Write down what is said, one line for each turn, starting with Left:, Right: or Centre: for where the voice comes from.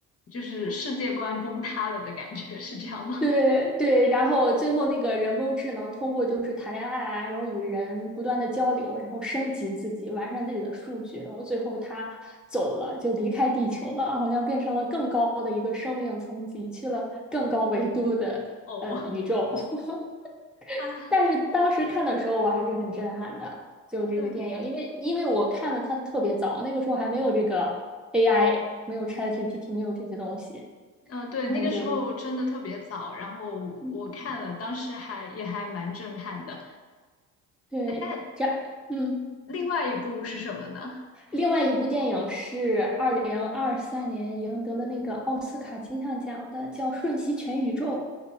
Left: 就是世界观崩塌了的感觉，是这样吗？
Centre: 对对，然后最后那个人工智能通过就是谈恋爱啊，然后与人不断的交流，然后升级自己，完善自己的数据，然后最后他走了，就离开地球了，好像变成了更高的一个生命层级，去了更高维度的呃宇宙。
Left: <laughs> 哦
Centre: <laughs>
Left: 啊。
Centre: 但是当时看的时候，我还是很震撼的，就这个电影，
Left: 对，
Centre: 因为因为我看的它特别早，那个时候还没有这个 AI，没有 ChatGPT，没有这些东西，
Left: 嗯，对，
Centre: 然后就
Left: 那个时候真的特别早，然后我看了，
Centre: 嗯
Left: 当时还也还蛮震撼的。
Centre: 对，
Left: 哎，那
Centre: 这样嗯。
Left: 另外一部是什么呢？
Centre: 另外一部电影是二零二三年赢得了那个奥斯卡金像奖的，叫《瞬息全宇宙》。